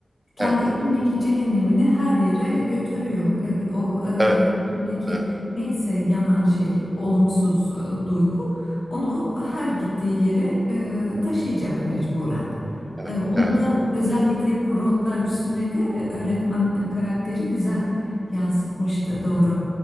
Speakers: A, on the left; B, on the right.
A: kendi
B: evet,
A: içindeki cehennemini her yere götürüyor. E, O
B: evet,
A: e, içindeki
B: evet,
A: neyse yanan şey, olumsuz e, duygu onu her gittiği yere e, taşıyacak mecburen.
B: evet,
A: E, onu
B: evet,
A: da özellikle kuru otlar üstüne de e, öğretmen karakteri güzel yansıtmıştı doğru.